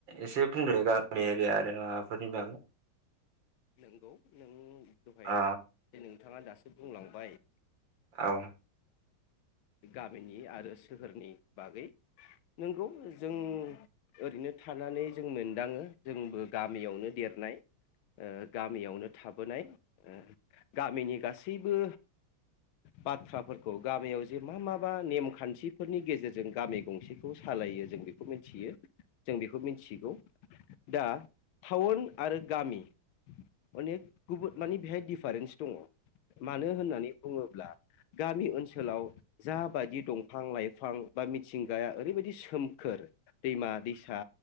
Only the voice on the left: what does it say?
नंगौ नों दहाय
नोंथाङा दासो बुंलांबाय
गामिनि आरो सोहोरनि बागै नंगौ जों ओरैनो थानानै जों मोनदाङो जोंबो गामियावनो देर <unintelligible> ओ गामियावनो थाबोनाय ओ गामिनि गासैबो बाथ्राफोरखौ गामियाव जे मा माबा नेमखान्थिफोरनि गेजेरजों गामि गंसेखौ सा लायो जों बेखौ मिथियो जों बेखौ मिथिगौ दा टाउन आरो गामि अनेक गुबुन माने बेहाय डिफरेन्स दङ मानो होननानै बुङोब्ला गामि ओनसोलाव जाबायदि दंफां लाइफां बा मिथिंगाया ओरैबायदि सोमखोर दैमा दैसा